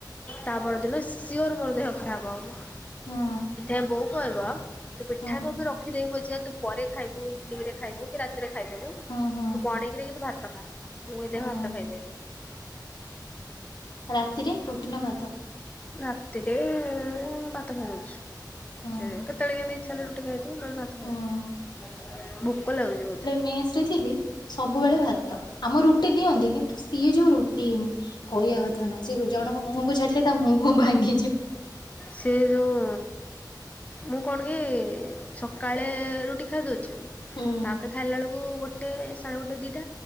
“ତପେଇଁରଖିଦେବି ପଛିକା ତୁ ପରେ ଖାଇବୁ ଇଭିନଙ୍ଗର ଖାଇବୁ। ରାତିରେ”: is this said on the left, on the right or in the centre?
Left